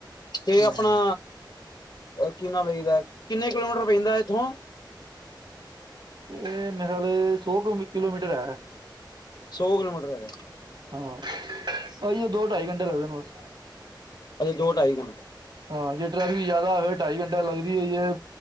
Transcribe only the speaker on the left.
ਤੇ
ਆਪਣਾ ਕਿ ਨਾ ਲਈਦਾ ਕਿੰਨੇ ਕਿਲੋਮੀਟਰ ਪੈਂਦਾ ਇੱਥੋਂ?
ਸੌ ਕਿਲੋਮੀਟਰ ਹੈਗਾ।
ਅੱਛਾ ਦੋ ਢਾਈ ਘੰਟੇ